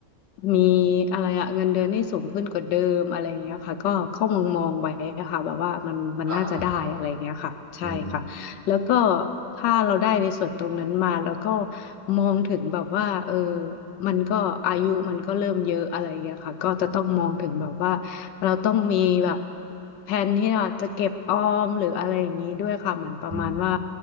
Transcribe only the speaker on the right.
ครับอืม
อืม